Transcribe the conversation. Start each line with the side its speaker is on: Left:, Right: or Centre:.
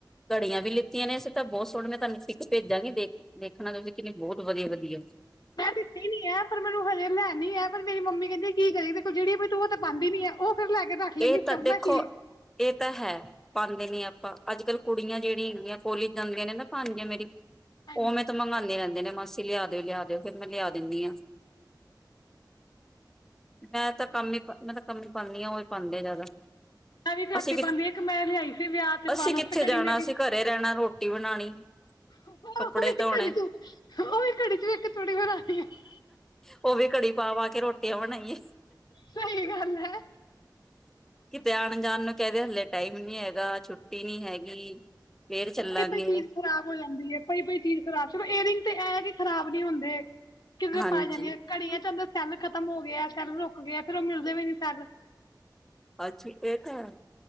Centre: ਘੜੀਆਂ ਵੀ ਲਿੱਤੀਆਂ ਨੇ ਅਸੀਂ ਤਾਂ ਬਹੁਤ ਸੋਹਣ ਮੈਂ ਤੁਹਾਨੂੰ ਪਿੱਕ ਭੇਜਾਂਗੀ ਦੇਖ ਦੇਖਣਾ ਵਧੀਆ ਵਧੀਆ
Left: ਮੈਂ ਦਿੱਤੀ ਨੀ ਹੈ ਪਰ ਮੈਨੂੰ ਹਜੇ ਲੈਣੀ ਆ ਪਰ ਮੇਰੀ ਮੰਮੀ ਕਹਿੰਦੇ ਕੀ ਕਰੇ ਗੀ ਤੇਰੇ ਕੋਲ ਜਿਹੜੀ ਉਹ ਤਾਂ ਪਾਉਦੀ ਨੀ ਹੈ ਉਹ ਫਿਰ ਲੈ ਕੇ ਰੱਖ ਲੇਂਗੀ
Centre: ਇਹ ਤਾਂ
Left: ਕਰਨਾ
Centre: ਦੇਖੋ,
Left: ਕੀ
Centre: ਇਹ ਤਾਂ ਹੈ, ਪਾਉਂਦੇ ਨੇ ਆਪਾਂ ਅੱਜ ਕੱਲ ਕੁੜੀਆਂ ਜਿਹੜੀ ਹੈਗੀਆਂ ਕੋਲਜ ਜਾਂਦੀਆਂ ਨੇ ਨਾ ਭਾਣਜੀਆ ਮੇਰੀ
Left: ਹਾਂਜੀ
Centre: ਉਵੇਂ ਤਾਂ ਮੰਗਵਾਉਂਦੇ ਰਹਿੰਦੇ ਨੇ ਮਾਸੀ ਲਿਆ ਦਿਓ ਲਿਆ ਦਿਓ ਫੇਰ ਮੈਂ ਲਿਆ ਦਿੰਦੀ ਹਾਂ, ਮੈਂ ਤਾਂ ਕੰਮ ਹੀ ਮੈਂ ਤਾਂ ਕੰਮ ਹੀ ਪਾਉਦੀ ਹਾਂ ਉਹ ਪਾਉਂਦੇ ਜ਼ਿਆਦਾ
Left: ਮੈਂ ਵੀ ਘੱਟ
Centre: ਅਸੀਂ
Left: ਹੀ
Centre: ਕਿ
Left: ਪਾਉਂਦੀ ਇੱਕ ਮੈਂ ਲਿਆਈ ਸੀ ਵਿਆਹ ਤੇ
Centre: ਅਸੀਂ
Left: ਪਾਣ ਵਾਸਤੇ
Centre: ਕਿੱਥੇ
Left: ਘੜੀ
Centre: ਜਾਣਾ
Left: ਮੇਰੀ,
Centre: ਅਸੀਂ ਘਰੇ ਰਹਿਣਾ ਰੋਟੀ ਬਣਾਣੀ
Left: ਆ
Centre: ਕੱਪੜੇ
Left: ਹੀ
Centre: ਧੋਣੇ
Left: ਘੜੀ ਤੂੰ ਉਹੀ ਘੜੀ ਦੇਖ ਕੇ ਹੈਰਾਨੀ ਹੋਈ,
Centre: ਉਹ ਵੀ ਘੜੀ ਪਾ ਪਾ ਕੇ ਰੋਟੀਆਂ ਬਣਾਈਏ
Left: ਸਹੀ ਗੱਲ ਹੈ।
Centre: ਕਿਤੇ ਆਉਣ ਜਾਣ ਨੂੰ ਕਹਿੰਦੇ ਹਲੇ ਟਾਈਮ ਨੀ ਹੈਗਾ ਛੁੱਟੀ ਨੀ ਹੈਗੀ, ਫੇਰ ਚੱਲਾਂਗੇ
Left: ਪਈ ਪਈ ਚੀਜ਼ ਖ਼ਰਾਬ ਹੋ ਜਾਂਦੀ ਹੈ ਪਈ ਪਈ ਚੀਜ਼ ਖ਼ਰਾਬ ਚੋ ਏਅਰਿੰਗ ਤੇ ਇਹ ਕਿ ਖਰਾਬ ਚੁੱਪ ਨੀ ਹੁੰਦੇ। ਕਿਧਰੇ
Centre: ਹਾਂਜੀ
Left: ਪੈ ਜਾਣੀ ਘੜੀਆਂ ਚੰਦਰ ਸੈੱਲ ਖਤਮ ਹੋ ਗਿਆ ਸੈੱਲ ਰੁਕਗੇ ਫੇਰ ਉਹ ਮਿਲਦੇ ਵੀ ਨੀ ਸੈੱਲ
Centre: ਅੱਛੀ ਇਹ ਤਾਂ